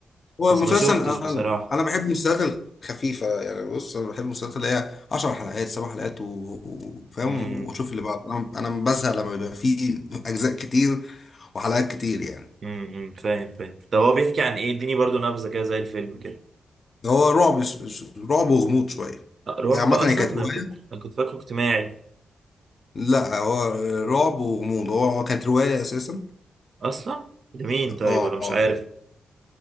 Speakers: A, on the left; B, on the right.
A: هو
B: بس
A: مسلسل
B: ما شفتش
A: انا
B: بصراحة
A: انا بحب المسلسلات الخفيفة يعني بص انا بحب المسلسلات اللي هي 10 حلقات 7 حلقات و- وفاهم
B: امم
A: واشوف اللي بعد انا انا بزهق لما بيبقى فيه اجزاء كتير وحلقات كتير يعني
B: امم فاهم فاهم طب هو بيحكي عن ايه اديني برضو نبذة كده زي الفيلم كده
A: هو رعب ش- ش- رعب وغموض شوية
B: أه، رعب
A: هي عامة
B: اصلا
A: هي كانت
B: انا
A: رواية
B: كنت انا كنت فاكره اجتماعي
A: لا هو رعب وغموض هو كانت رواية أساسا
B: اصلا لمين طيب
A: اه
B: ولا مش
A: آه.
B: عارف